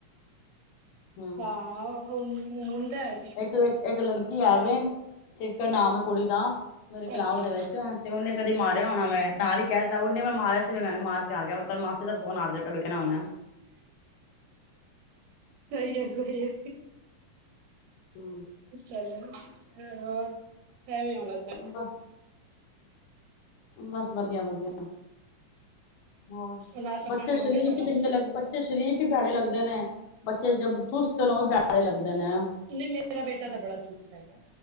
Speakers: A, on the left; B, on the right.
A: ਹੂੰ
B: ਹਾਂ ਹੁੰਦਾ ਆ।
A: ਇੱਕ ਇੱਕ ਲੜਕੀ ਆਵੇ ਸਿਦਰ ਨਾਮ ਹੈ ਕੁੜੀ ਦਾ ਮੇਰੀ ਕਲਾਓ
B: ਅੱਛਾ
A: ਦੇ ਵਿੱਚ ਤੇ ਉਹਨੇ ਕਦੀ ਮਾਰਿਆ ਹੋਣਾ ਮੈਂ ਨਾਲ ਹੀ ਕਹਿ ਤ ਉਹਨੇ ਮੈਂ ਮਾਰਿਆ ਸੀ ਵੀ ਮੈਂ ਵੀ ਮਾਰ ਕੇ ਆ ਗਿਆ ਮੈਂ ਤਾਂ ਫੋਨ ਆ ਜਾਏਗਾ ਵੇਖਣਾ ਹਣਾ
B: ਸਹੀ ਹੈ ਸਹੀ ਹੈ
A: ਹਮ
B: ਚ ਹੋਰ ਮੈਂ ਵੀ ਆਉਣਾ ਚਾਹੁੰਦਾ
A: ਵ ਬਸ ਵਧੀਆ ਵਧੀਆ ਹੋ
B: ਨਾਸ਼ਤਾ
A: ਬੱਚਾ
B: ਪਾਣੀ ਹੋ
A: ਸ਼ਰੀਫ
B: ਗਿਆ ਤੁਹਾਡਾ
A: ਹੀ ਚੰਗੇ ਲਗਦੇ ਬੱਚੇ ਸ਼ਰੀਫ ਹੀ ਪੈੜੇ ਲੱਗਦੇ ਨੇ ਬੱਚੇ ਜ ਚੁਸਤ ਨੇ ਉਹ ਵੀ ਪੈੜੇ ਲੱਗਦੇ ਨੇ ਹੈ
B: ਨਹੀਂ ਨਹੀਂ ਮੇਰਾ ਬੇਟਾ ਤਾਂ ਬੜਾ ਚੁਸਤ ਹੈਗਾ